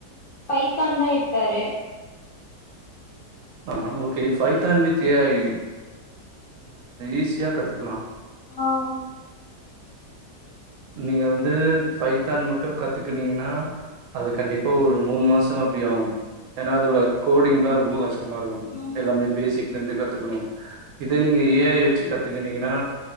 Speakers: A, on the left; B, on the right.
A: பைத்தான்தா எடுத்தாரு
B: ஆ okay Python with A I ஈஸியா கத்துக்கலா
A: ஆ
B: நீங்க வந்து பைத்தான் மட்டு கத்துக்ககனீங்கன்னா அது கண்டிப்பா ஒரு மூணு மாசம் அப்பிடி ஆகும் ஏன்னா அதோட கோடிங்ல்லா ரொம்ப கஷ் டமாருக்கு
A: ஆமா
B: எல்லாமே
A: ஃப்ரெண்ட்
B: பேசிக்ல இந்து க கத்துக்கணு இத நீங்க ஏ ஐ வச்சு கத்து என்னங்னா